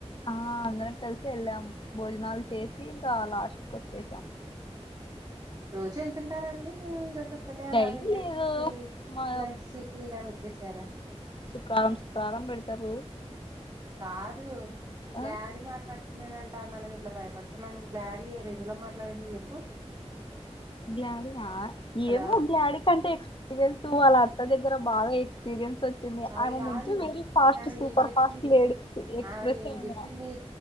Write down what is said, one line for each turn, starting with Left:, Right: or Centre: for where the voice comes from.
Left: ఆ అందరం కలిసి వెళ్ళాం భోజనాలు చేసి ఇంకా లాస్ట్కి వచ్చేసాం
Right: రోజు వెళ్తుంటారండి మీరు ఈ రోజు ఒక్కటే అలా
Left: డైలీ
Right: వెళ్ళేసి
Left: లేదు
Right: వచ్చి
Left: మా
Right: లంచ్ చేసి ఇలా వచ్చేసారా
Left: శుక్రారం శుక్రారం పెడతారు
Right: కాదు గ్లాడి
Left: ఆ
Right: మాట్లాడుత తున్నాడట మనం ఇట్లా భయపడుతున్నాము గ్లాడీ ఏ రేంజ్ లో మాట్లాడింది చెప్పు
Left: గ్లాడయా
Right: హలో
Left: ఏమో గ్లాడీ కంటే ఎక్స్పీరియన్స్ వాళ్ళ అత్త దగ్గర బాగా ఎ ఎక్స్పీరియన్స్ వచ్చింది
Right: అది
Left: ఆయమె
Right: కాదు
Left: ముంచే వెరీ ఫాస్ట్
Right: ఆమె
Left: సూపర్
Right: ఏం చెప్పింది
Left: ఫాస్ట్ లేడీస్ ఎక్స్ప్రెస్
Right: ఆమె ఏం
Left: ఆమా
Right: చెప్పింది